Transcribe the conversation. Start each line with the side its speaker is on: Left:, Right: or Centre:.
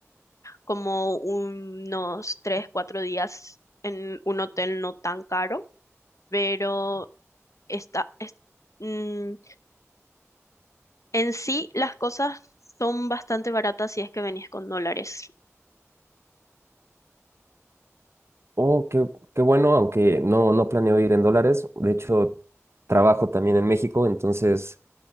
Left: como unos 3 4 días en un hotel no tan caro, pero está, es- mm, en sí las cosas son bastante baratas si es que venís con dólares.
Right: Oh, qué, qué bueno, aunque no, no planeo ir en dólares. De hecho, trabajo también en México, entonces